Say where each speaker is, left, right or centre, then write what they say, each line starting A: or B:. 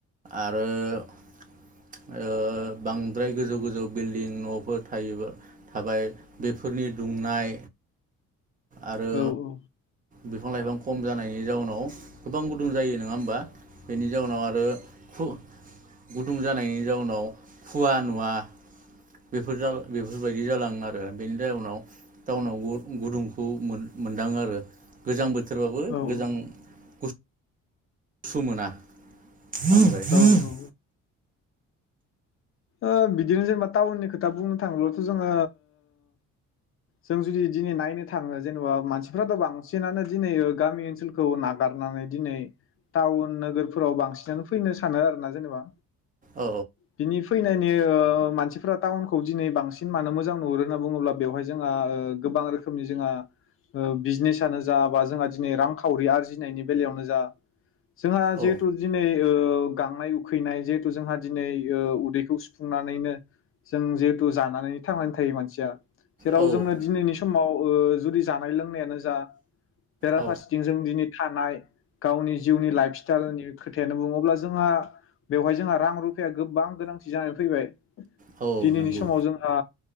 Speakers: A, on the right; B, on the left.
A: आरो ओ बां बांद्राय गोजौ गोजौ बिल्डिं नफोर थायोबा थाबाय बेफोरनि दुंनाय आरो
B: औ औ
A: बिफां लाइफां खम जानायनि जाउनाव गोबां गुदुं जायो नङा होमबा? बेनि जाउनाव आरो फु गुदुं जानायनि जाउनाव फुवा नुवा। बेफोर जा बेफोरबायदि जालाङो आरो बेनि जाउनाव टाउनाव गु-गुदुंखौ मोन-मोनदाङो आरो गोजां बो थोरावबो
B: औ
A: गोजां गु गुसु मोना। <unintelligible>
B: औ औ ओ बिदिनो जेनेबा टाउननि खोथा बुंनो थाङोब्लाथ जोङो जों जुदि दिनै नायनो थाङो जेनेबा मानसिफ्राथ बांसिनानो दिनै गामि ओनसोलखौ नागारनानै दिनै टाउन नोगोरफोराव बांसिनानो फैनो सानो आरो ना जेनेबा।
A: औ
B: दिनिभ नायनि ओ मानसिफफोरा टाउनखौ दिनै बांसिन मानो मोजां नुहुरो होनना बुङोब्ला बेवहाय जोंहा गोबां रोखोमनि जोंहा बिजनेसनो जा बा जोंहा दिनै रांखावरि आरजिनायनि बेलायावनो जा जोंहा जिहेथु
A: औ
B: दिनै ओ गांनाय उखैनाय जिहेथु जोंहा दिनै ओ उदै सुफुंनानैनो जों <unintelligible> तु जानानै थांनानै थायो मानसिया जेराव
A: औ
B: जोंनो दिनैनि समाव ओ जुदि जानाय लोंनायानो जा बेराफारसेथिं
A: औ
B: जों दिनै थानाय गावनि जिउनि लाइफ स्टाइलनि खोथायानो बुङोब्ला जोंहा बेवहाय जोंहा रां रुफाया गोबां गोनां। थि जानो फैबाय।
A: औ
B: दिनैनि
A: नंगौ
B: समाव जोंहा।